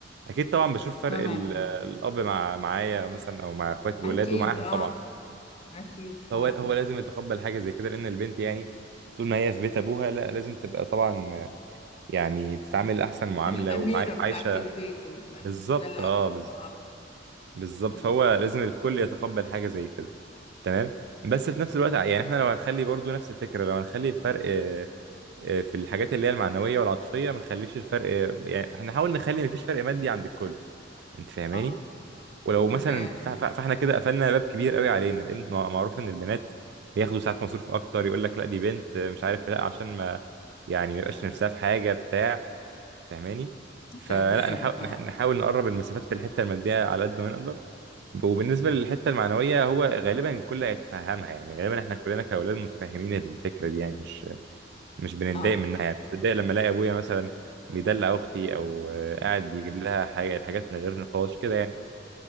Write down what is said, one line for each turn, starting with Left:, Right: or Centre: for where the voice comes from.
Right: اكيد طبعا بشوف فرق
Left: تمام
Right: ال... الاب مع معايا مثلا او مع اخواتي الولاد
Left: اكيد
Right: ومعاها
Left: اه
Right: طبعا
Left: اكيد اه
Right: هو هو لازم يتقبل حاجه زي كده لان البنت يعني طول ما هي في بيت ابوها لا لازم تبقى طبعا يعني بتتعامل احسن معامله
Left: الاميره
Right: وعايشه
Left: بتاعت البيت المدلع
Right: بالظبط اه
Left: كله
Right: بز...
Left: اه
Right: بالظبط
Left: اه,
Right: فهو لازم الكل يتقبل حاجه زي كده تمام بس في نفس الوقت يعني احنا لو هنخلي برضو نفس الفكره لو هنخلي الفرق آه، في الحاجات اللي هي المعنويه والعاطفيه ما نخليش الفرق يعني احنا نحاول نخلي مفيش فرق مادي عند الكل انت فاهماني
Left: آه.
Right: ولو
Left: تمام
Right: مثلا ف- ف- فاحنا كده قفلنا باب كبير قوي علينا لان مع- معروف ان البنات بياخدوا ساعات مصروف اكتر يقول لك لا دي بنت آه، مش عارف لا عشان ما يعني ما يبقاش نفسها في حاجه بتاع فاهماني فلا
Left: تمام
Right: نحاول
Left: اه
Right: نح- نحاول نقرب المسافات في الحته الماديه على قد ما نقدر وبالنسبه للحته المعنويه هو غالبا الكل هيتفهمها يعني غالبا احنا كلنا كاولاد متفاهمين الفكره دي يعني مش مش بنتضايق
Left: اه
Right: منها يعني مش بتضايق لما الاقي ابويا مثلا بيدلع اختي او آه، قاعد بيجيب لها حاجه الحاجات من غير نقاش كده يعني